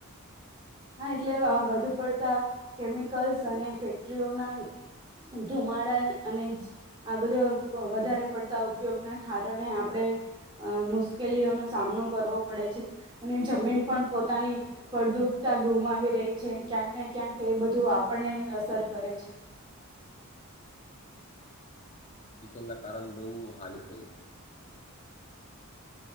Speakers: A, on the right; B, on the left.
A: હા એટલે વધુ પડતા કેમિકલ્સ, અને ફેક્ટરીઓના ધુમાડા અને આ બધો વધારે પડતા ઉપયોગના કારણે, આપણે મુશ્કેલીઓનોો સામનો કરવો પડે છે, અને જમીન પણ પોતાની ફળદ્રુપ ગુમાવી રહી છે, ક્યાંક ને ક્યાંક એ બધું આપણને અસર કરે છે.
B: <unintelligible> ના કારણે બહુ હાન, થય છે